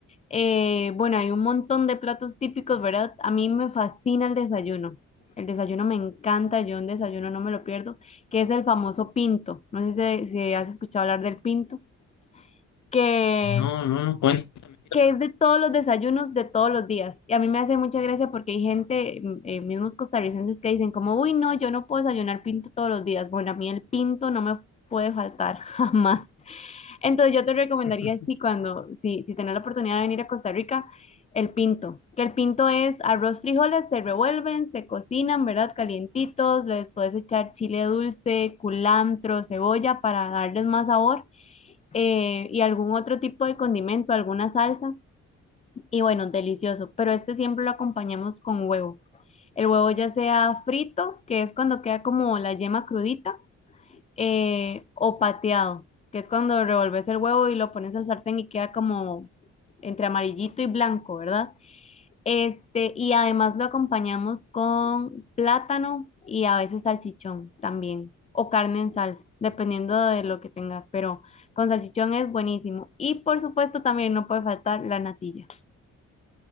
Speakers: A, on the left; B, on the left.
A: Eh, bueno, hay un montón de platos típicos, ¿verdad? A mí me fascina el desayuno. El desayuno me encanta, yo un desayuno no me lo pierdo, que es el famoso pinto. No sé si, si has escuchado hablar del pinto, que,
B: No, no, no, cuéntame.
A: que es de todos los desayunos de todos los días. Y a mí me hace mucha gracia porque hay gente, mm, eh, mismos costarricenses, que dicen como, uy, no, yo no puedo desayunar pinto todos los días. Bueno, a mí el pinto no me puede faltar <laughs> jamás. Entonces yo te recomendaría
B: <laughs>
A: si cuando, si, si tenés la oportunidad de venir a Costa Rica, el pinto, que el pinto es arroz, frijoles, se revuelven, se cocinan, ¿verdad? Calientitos, les puedes echar chile dulce, culantro, cebolla para darles más sabor eh, y algún otro tipo de condimento, alguna salsa y bueno, delicioso, pero este siempre lo acompañamos con huevo. El huevo ya sea frito, que es cuando queda como la yema crudita eh, o pateado, que es cuando revolves el huevo y lo pones al sartén y queda como entre amarillito y blanco, ¿verdad? Este, y además lo acompañamos con plátano y a veces salchichón también, o carne en salsa, dependiendo de lo que tengas, pero con salchichón es buenísimo. Y por supuesto también no puede faltar la natilla.